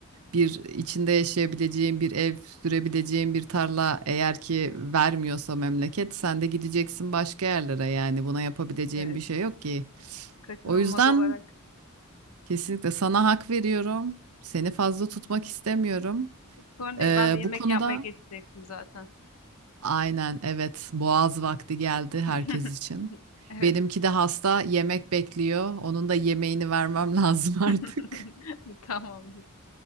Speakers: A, on the right (about 80°); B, on the left (about 80°).
A: bir içinde yaşayabileceğin bir ev, sürebileceğin bir tarla eğer ki vermiyorsa memleket, sen de gideceksin başka yerlere yani. Buna yapabileceğin
B: Evet.
A: bir şey yok ki.
B: Kaçınılmaz
A: O yüzden
B: olarak.
A: kesinlikle sana hak veriyorum. Seni fazla tutmak istemiyorum.
B: Sorun değil,
A: Ee,
B: ben de yemek
A: bu konuda
B: yapmaya geçecektim zaten.
A: Aynen evet boğaz vakti geldi herkes
B: <laughs>
A: için.
B: Evet.
A: Benimki de hasta yemek bekliyor. Onun da yemeğini vermem lazım
B: <laughs>
A: <laughs> artık.
B: Tamamdır.